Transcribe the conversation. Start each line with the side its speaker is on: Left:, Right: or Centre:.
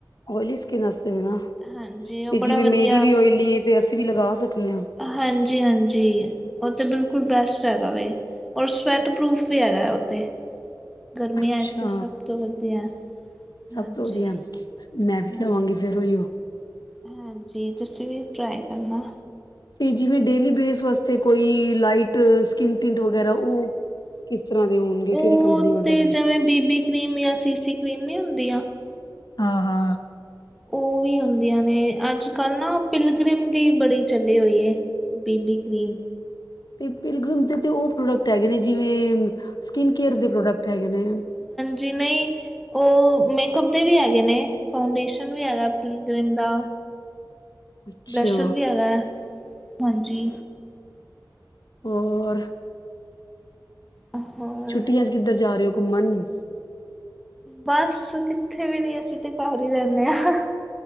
Left: ਓਇਲੀ ਸਕਿੰਨ ਵਸਤੇ ਹੈ ਨਾ
Centre: ਹਾਂਜੀ ਉਹ
Left: ਤੇ
Centre: ਬੜਾ
Left: ਜਿਵੇਂ
Centre: ਵਧੀਆ
Left: ਮੇਰੀ ਵੀ ਓਇਲੀ ਹੈ ਤੇ ਅਸੀਂ ਵੀ ਲਗਾ ਸਕਦੇ ਹਾਂ।
Centre: ਹਾਂਜੀ ਹਾਂਜੀ ਉਹ ਤਾਂ ਬਿਲਕੁਲ ਬੈਸਟ ਹੈਗਾ ਵੇ। ਔਰ ਸਵੈਟ ਪਰੂਫ ਵੀ ਹੈਗਾ ਹੈ ਉੱਥੇ ਗਰਮੀਆਂ
Left: ਅੱਛਾ
Centre: ਵਿਚ ਤੇ ਸਭ ਤੋਂ ਵਧੀਆ
Left: ਸਭ
Centre: ਹਾਂਜੀ
Left: ਤੋਂ ਵਧੀਆ ਮੈਂ ਵੀ
Centre: ਹਾਂਜੀ
Left: ਲਵਾਂਗੀ ਫੇਰ ਉਹੀ ਉਹ
Centre: ਹਾਂਜੀ, ਤੁਸੀਂ ਵੀ ਟਰਾਈ ਕਰਨਾ।
Left: ਤੇ ਜਿਵੇਂ ਡੇਲੀ ਬੇਸ ਵਾਸਤੇ ਕੋਈ ਲਾਈਟ ਸਕਿੰਨ ਟਿੰਟ ਵਗੈਰਾ ਉਹ। ਕਿਸ ਤਰ੍ਹਾਂ ਦੇ ਹੋਣਗੇ
Centre: ਉਹ
Left: ਕਿਹੜੀ ਕੰਪਨੀ ਵਗੈਰਾ
Centre: ਤੇ ਜਿਵੇਂ
Left: ਦੀ?
Centre: ਬੀਬੀ ਕਰੀਮ ਜਾਂ ਸੀ, ਸੀ ਕ੍ਰੀਮ ਨਹੀਂ ਹੁੰਦੀਆ।
Left: ਹਾਂ, ਹਾਂ।
Centre: ਉਹ ਵੀ ਹੁੰਦੀਆਂ ਨੇ ਅੱਜ ਕੱਲ੍ਹ ਨਾ ਪਿਲਗ੍ਰਿਮ ਦੀ ਬੜੀ ਚੱਲੀ ਹੋਈ ਹੈ। Baby cream.
Left: ਅਤੇ ਪਿਲ ਗਰੀਮ ਦੇ ਉਹ ਪ੍ਰੋਡਕਟ ਹੈਗੇ ਨੇ ਜਿਵੇਂ ਸਕਿਨ ਕੇਅਰ ਦੇ ਪ੍ਰੋਡਕਟ ਹੈਗੇ ਨੇ।
Centre: ਜੀ ਨਈ ਉਹ ਮੇਕਅਪ ਦੇ ਵੀ ਹੈਗੇ ਨੇ ਫਾਊਂਡੇਸ਼ਨ ਵੀ ਹੈਗਾ ਪਿਲਕ੍ਰਿਮ ਦਾ
Left: ਅੱਛਾ
Centre: ਬਲਸ਼ਰ ਵੀ ਹੈਗਾ ਹਾਂਜੀ
Left: ਹੋਰ
Centre: ਹੋਰ
Left: ਛੁੱਟੀਆਂ ਚ ਕਿੱਧਰ ਜਾ ਰਹੇ ਹੋ ਘੁੰਮਣ
Centre: ਬਸ ਕਿੱਥੇ ਵੀ ਨੀ ਅਸੀਂ ਤੇ ਘਰ ਹੀ ਰਹਦੇ ਹਾਂ